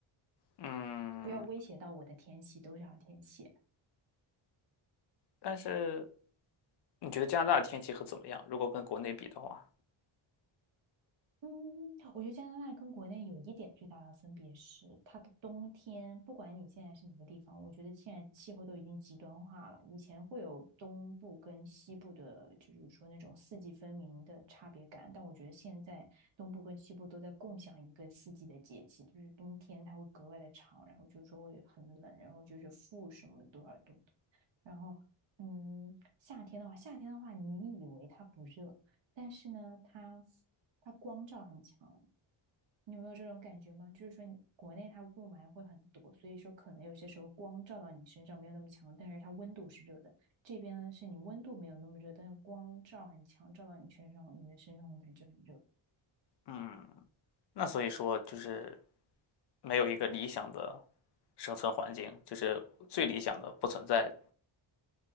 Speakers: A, on the left; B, on the right.
A: 嗯。
B: 不要威胁到我的天气，都是好天气。
A: 但是你觉得加拿大的天气会怎么样？如果跟国内比的话，
B: 嗯，我觉得加拿大跟国内有一点最大的分别是，它的冬天，不管你现在是哪个地方，我觉得现在气候都已经极端化了。以前会有东部跟西部的，就是说那种四季分明的差别感，但我觉得现在东部跟西部都在共享一个四季的节气，就是冬天它会格外的长，然后就是说会很冷，然后就是负什么多少度的，然后嗯，夏天的话，夏天的话，你以为它不热，但是呢，它。它光照很强，你有没有这种感觉吗？就是说，你国内它雾霾会很多，所以说可能有些时候光照到你身上没有那么强，但是它温度是热的。这边呢，是你温度没有那么热，但是光照很强，照到你身上，你的身上会感觉很热。
A: 嗯。那所以说就是没有一个理想的生存环境，就是最理想的不存在。